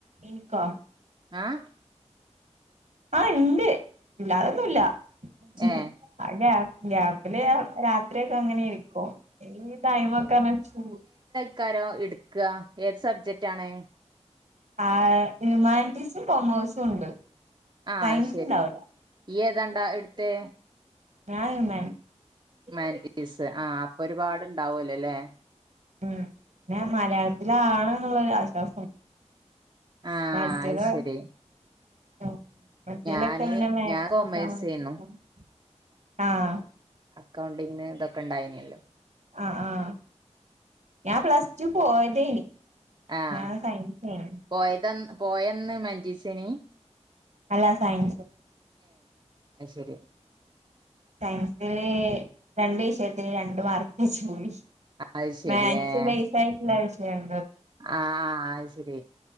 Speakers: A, on the right (about 75°); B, on the right (about 40°).
A: ഇന്ക്കോ
B: ആഹ്
A: ആഹ് ഇണ്ട് ഇല്ലാതൊന്നുല്ല <unintelligible>
B: ഏഹ്
A: ഗ്യാപ്പില് രാത്രിയൊക്കെ അങ്ങനെ ഇരിക്കും ഈ ടൈമൊക്കെന്ന്പറഞ്ഞ ചൂ
B: ക്കാരോം ഇട്ക്ക ഏത് സബ്ജെക്ട് ആണ്
A: ആഹ് ഹ്യൂമാനിറ്റീസും കൊമേഴ്സും ഉണ്ട്
B: ആഹ്
A: സയൻസ്
B: ശെരി
A: ഉണ്ടാവൂല
B: യെ തണ്ടാ ഇട്ത്തേ
A: ഞാന് മ
B: ഹ്യുമാനിറ്റീസ് ആഹ് അപ്പൊ ഒരുപാടുണ്ടാവല്ലൊല്ലേ
A: ഉം പിന്നെ മലയാളത്തിലാണ് ന്നുള്ളൊരു ആശ്വാസംണ്ട്
B: ആഹ്
A: മറ്റേതൊ
B: അത് ശരി
A: ഉം മറ്റേതൊക്കെ
B: ഞാന്
A: പിന്നെ മാക്സും
B: ഞാൻ കൊമേഴ്സേന്നു
A: <unintelligible> ആഹ്
B: അക്കൗണ്ടിംഗ് ഇതൊക്കെ ഇണ്ടായിനില്ലോ
A: ആഹ് ആഹ് ഞാൻ പ്ലസ് ടു പോയതേനി
B: ആഹ്
A: ഞാൻ സയൻസയിനു
B: പോയതന്ന് പോയന്ന് ഹുമാറ്റിസെനി
A: അല്ല സയൻസ്
B: അയ് ശെരി
A: സയൻസിലേ രണ്ട് വിഷയത്തിന് രണ്ട് മാർക്ക് വെച്ച് പോയി
B: അത് ശരി
A: മാത്‍സ്
B: ഏഹ്
A: പൈസ ആയിട്ടില്ല <unintelligible> ജെം
B: ആഹ് അയ് ശെരി